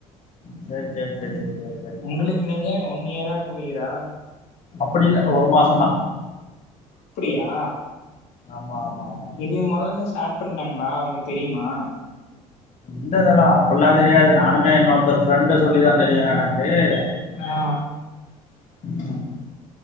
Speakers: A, on the left; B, on the left.
A: செரி செரி செரி செரி செரி செரி
B: உங்களுக்கு நீங்க ஒன் இயரா டூ இயரா
A: அப்புடி இல்ல ஒரு மாசோ தா
B: அப்படியா
A: ஆமா ஆமா ஆமா ஆமா
B: இது மொதல்ல இருந்தே ஸ்டார்ட் பண்ணிட்டாங்களா உங்களுக்கு தெரியுமா
A: இல்ல தல அப்பிட்ல்லா தெரியாது நானுமே இன்னொருத்தர் ஃப்ரெண்டு சொல்லிதா தெரியுமே எனக்கு எப்டி இருக்க
B: ஆ
A: ம்